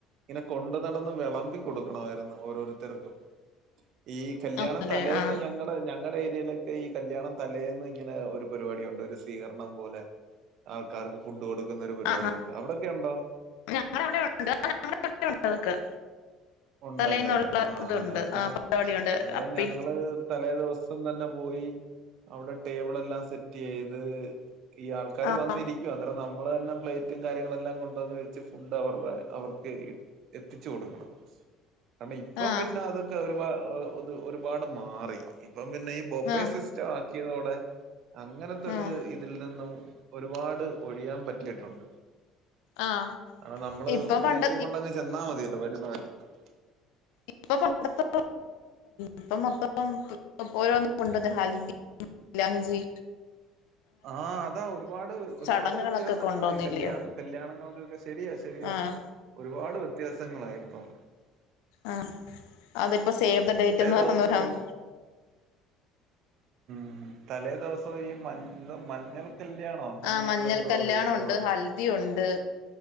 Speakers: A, on the right; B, on the left.
A: ഇങ്ങനെ കൊണ്ട് നടന്ന് വെളമ്പി കൊടുക്കണായിര്ന്ന് ഓരോരുത്തരക്കും ഈ കല്യാണ
B: ആന്നല്ലേ
A: തലേന്ന്
B: ആഹ്
A: ഞങ്ങടെ ഞങ്ങടെ ക്കെ ഈ കല്യാണ തലേന്ന് ഇങ്ങനെ ഒര് പരിപാടിയെണ്ട് ഒര് സ്വീകരണം പോലെ ആൾക്കാർക്ക് ഫു കൊടുക്കുന്ന ഒരു പരിപാടി
B: ആഹ്
A: ഒണ്ട് അവിടെക്കെ ഒണ്ടോ
B: ഞങ്ങടെ അവിടെ ഉണ്ട് ആഹ് ഞങ്ങടെ അവിടെ ഉണ്ട് അതൊക്കെ
A: ഒണ്ടാല്ലേ
B: തലേന്നുള്ള
A: ആ
B: ഇതുണ്ട്
A: അത് അങ്ങനെ
B: ആഹ് പരിപാടിയുണ്ട്
A: അന്നേരം
B: പി
A: ഞങ്ങള് തലേ ദെവസം അപ്പം തന്നെ പോയി അവടെ ടേബിൾ എല്ലാം സെറ്റ് ചെയ്ത് ഈ ആൾക്കാര്
B: ആഹ്
A: വന്നിരിക്കു അന്നേരം ന നമ്മള് തന്നെ പ്ലേ കാര്യങ്ങളെല്ലാം കൊണ്ടുവന്ന് വെച്ച് ഫു ഫുഡ് അറെ അവർക്ക് എത്തിച്ച കൊട്ക്കണം ഇപ്പം
B: ആഹ്
A: പിന്നെ അതൊക്കെ ഒരു <unintelligible> അത് ഒരുപാട് മാറി ഇപ്പം പിന്നെ ഈ ബൊഫേ
B: ആഹ്
A: സിസ്റ്റാ ആ <unintelligible> ഓടെ അങ്ങനത്തെരു
B: ആഹ്
A: ഇതിൽ നിന്നും ഒരുപാട് ഒഴിയാൻ പറ്റീട്ടുണ്ട്
B: ആഹ്
A: കരണം നമ്മള്
B: ഇപ്പം
A: പ്ലേറ്റ്
B: പണ്ട
A: കൊണ്ടങ്ങ് ചെന്നാ മതില്ലോ <unintelligible>
B: ഇപ്പൊ പണ്ടത്തെ ഇപ്പ മൊത്തം ഓരോന്നും കൊണ്ടു ഹൽദി ലഞ്ചി
A: ആ അതാ ഒരുപാട് ഒരുപാട്
B: ചടങ്ങുകളൊക്കെ
A: വ്യത്യാസങ്ങളായി
B: കൊണ്ടുവന്നില്ലയോ
A: കല്ല്യാണ കല്ല്യാണങ്ങൾക്കൊക്കെ ശരിയാ ശരിയ
B: ആഹ്
A: ഒരുപാട് വ്യത്യാസങ്ങളായിപ്പം
B: ആ അതിപ്പോ സേവ് ദ ഡേറ്റ്ന്ന്
A: ദിവസവും
B: പറ <unintelligible>
A: ഉം തലേ ദിവസവും ഈ മഞ് ന്തോ മഞ്ഞൾ കല്യാണോ അങ്ങനെങ്ങാണ്ട്
B: ആ മഞ്ഞൾ
A: എന്തോ
B: കല്ല്യാണം
A: ഒരു പരിപാടി
B: ഉണ്ട് ഹൽദി ഉണ്ട്